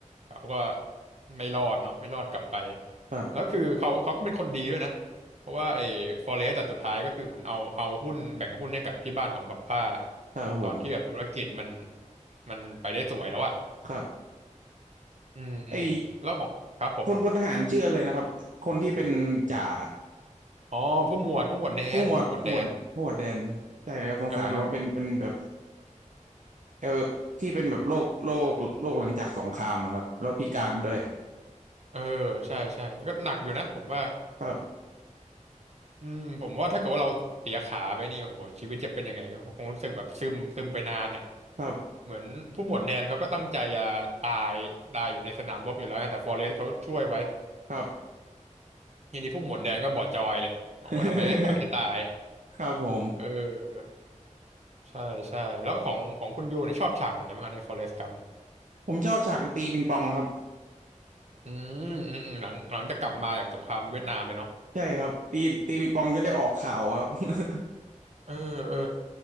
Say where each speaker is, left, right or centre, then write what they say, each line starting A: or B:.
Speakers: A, on the right; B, on the right.
A: เขาก็ไม่รอดเนาะไม่รอดกลับไป
B: ครับ
A: แล้วคือเขาเขาก็เป็นคนดีด้วยนะเพราะว่าไอ้ฟอเรสต์แต่สุดท้ายก็คือเหมือนเอาเอาหุ้นแบ่งหุ้นให้กับที่บ้านของบัพป้า
B: ครับผม
A: ตอนที่แบบธุรกิจมันมันไปได้สวยแล้วอะ
B: ครับ
A: อืมอืมแล้วของครับผม
B: ไอ พลพลทหารชื่ออะไรนะครับคนที่เป็นจ่า
A: อ๋อผู้หมวดผู้หมวดแดนผู้หมวดแดน
B: ผู้หมวดผู้หมวดผู้หมวดแดนใช่ครับสงสารเขาเป็นเป็นแบบ
A: เออ
B: เออที่เป็นแบบโรคโรคโรคหลังจากสงครามอะครับแล้วพิการด้วย
A: เออใช่ใช่ก็หนักอยู่นะผมว่า
B: ครับ
A: อืมผมว่าถ้าเกิดว่าเราเสียขาไปนี่โหชีวิตจะเป็นยังไงคงรู้สึกแบบซึมซึมไปนานอ่ะ
B: ครับ
A: เหมือนผู้หมวดแดนเขาก็ตั้งใจจะตายตายอยู่ในสนามรบอยู่แล้วนะแต่ฟอเรสต์เขาช่วยไว้
B: ครับ
A: ทีนี้ผู้หมวดแดนก็บอดจอยเลยบอกว่าทำไมไม่ปล่อยให้ตาย
B: <laughs> ครับผม
A: เออใช่ใช่แล้วของของคุณยูเนี่ยชอบฉากไหนบ้างคะในฟอเรสต์กัม
B: ผมชอบฉากตีปิงปองครับ
A: อืมอืมอืมหลังหลังจะกกลับมาจากสงครามเวียดนามไปเนาะ
B: ใช่ครับตีตีปิงปองจนได้ออกข่าวครับ <laughs>
A: เออเออ